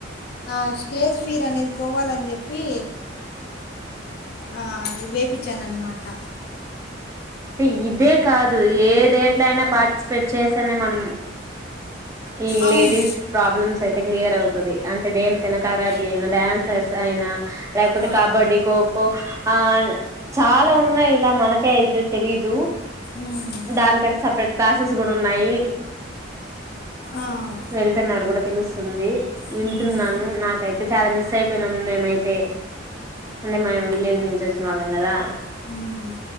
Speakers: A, on the left (about 55°); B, on the right (about 15°).
A: ఆశ్ స్టేజ్ ఫీర్ అనేది పోవాలని చెప్పి, ఆ వేపిచ్చాను అన్మాట.
B: టే ఇదే కాదు ఏదేట్లో అయినా పాటిస్ పెట్ చేస్తనే మనము ఈ
A: అవును
B: లేడీస్ ప్రాబ్లమ్స్ యితే క్లియర్ అవుతు అంటే దేనికైనా కరాటీ అయినా, డాన్సర్స్ అయినా లేకపోతే
A: ఆ
B: కబడ్డీ, ఖోఖో ఆ చాలా ఉన్నాయ్ ఇలా మనకే అయెద్ది తెలీదు
A: ఉమ్,
B: దానికని చెప్ ఇక్కడ క్లాసెస్ కూడు ఉన్నాయి
A: ఆ
B: వెళ్తున్నారు కూడా తెలుస్తుంది
A: హ్మ్
B: వింటున్నాను నాకై చాలా మిస్సైపోయినమ్ మేమైతే అంటే మేము విలేజ్ నుంచి వచ్చిన వాళ్ళం కదా
A: హ్మ్